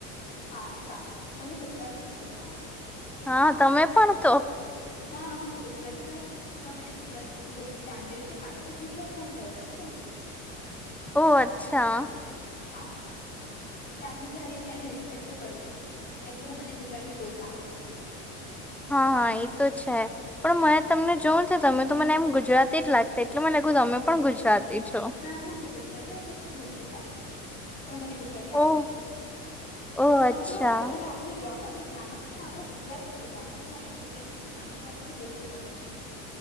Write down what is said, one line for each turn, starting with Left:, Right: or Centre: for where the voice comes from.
Left: હા સારું તમે ગુજરાતી છો હા.
Centre: હા તમે પણ તો
Left: ના હું ગુજરાતી નથી પણ મને ગુજરાતી વિશે બધી જાણકારી છે કારણ કે હું ગુજરાતમાં જ રહું છું ને એટલે.
Centre: ઓહ અચ્છા.
Left: હા એટલે આપણે જ્યારે ત્યાંની રિસ્પેક્ટ કરવી જોઈએ એટલે મને ગુજરાતી બોલતા આવડે છે.
Centre: હા હા એ તો છે પણ મને
Left: હા.
Centre: તમને જોવું છે તમે તો મને એમ ગુજરાતી જ લાગતા એટલે મને લખ્યું તમે પણ ગુજરાતી છો
Left: ના ના હુંવે જા હું યું સાઈડ છું પણ મને ગુજરાતી આવડે
Centre: ઓહ
Left: છે
Centre: ઓહ
Left: તો
Centre: અચ્છા
Left: આપણું હવે તમે આપણને જવા દો. આપણે ક્યાંના છે ત આપણા ગુજરાત વિશે જાણવાનું છે આપણા ગુજરાત વિશે જાણકારી આપણને બહુ જ ગમે છે.